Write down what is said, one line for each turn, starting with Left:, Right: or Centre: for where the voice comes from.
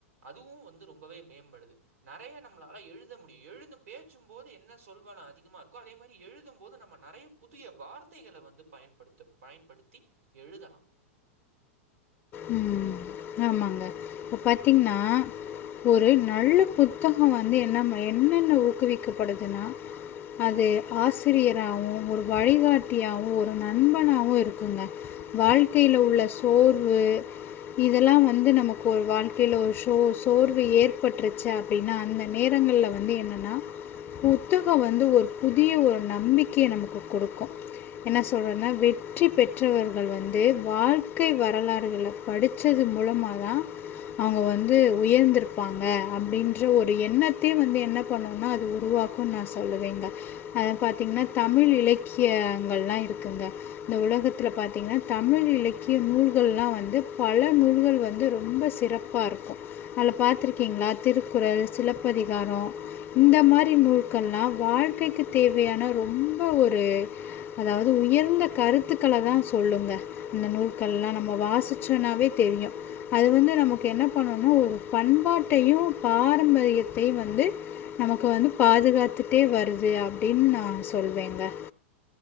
Right: அதுவு வந்து ரொம்பவே மேம்படுது நெறைய நம்மளால எழுத முடியு எழுது பேச்சும்போது என்ன சொல் வளோ அதிகமா இருக்கோ அதே மாரி எழுதும் போது நம்ம நெறைய புதிய வார்த்தைகளை வந்து பயன்படுத்த பயன்படுத்தி எழுதலா
Left: உம் ஆமாங்க இப்ப பாத்தீங்னா ஒரு நல்ல புத்தக வந்து என்ன என்னென்ன ஊக்குவிக்கப்படுதுன்னா அது ஆசிரியராவு ஒரு வழிகாட்டியாவு ஒரு நண்பனாவு இருக்குங்க வாழ்க்கைல உள்ள சோர் வலு இதெல்லா வந்து நமக்கு ஒரு வாழ்க்கைல ஒரு சோ சோர்வு ஏற்பட்ருச்சு அப்டின்னா அந்த நேரங்கள்ல வந்து என்னன்னா புத்தக வந்து ஒரு புதிய ஒரு நம்பிக்கைய நமக்கு கொடுக்கு என்ன சொல்றன்னா வெற்றி பெற்றவர்கள் வந்து வாழ்க்கை வ ரலாறுகள படிச்சது மூலமா தா அவுங்க வந்து உயர்ந்துருப்பாங்க அப்டின்ற ஒரு எண்ணத்தயு வந்து என்ன பண்ணுன்னா அது உருவாக்குன் நா சொல்லுவேங்க அத பாத்தீங்னா தமிழ் இலக்கியங்கள்லா இருக்குங்க இந்த உலகத்துல பாத்தீங்னா தமிழ் இலக்கிய நூல் கள்லா வந்து பல நூல்கள் வந்து ரொம்ப சிறப்பா இருக்கு அதில பாத்துருக்கீங்ளா திருக்குறள் சிலப்பதிகாரொ இந்த
Right: ம்.
Left: மாரி நூல்கள்லா வாழ்க்கைக்கு தேவையான ரொம்ப ஒரு அதாவது உயர்ந்த கருத்துக்கள தா சொல்லுங்க இந்த நூல்கள்லா நம் ம வாசுச்சோனாவே தெரியு அது வந்து நமக்கு என்ன பண்ணுன்னா ஒரு பண்பாட்டையு பாரம்பரியத்தையு வந்து நமக்கு வந்து பாதுகாத்துட்டே வருது அப்டினு நா சொல்வேங்க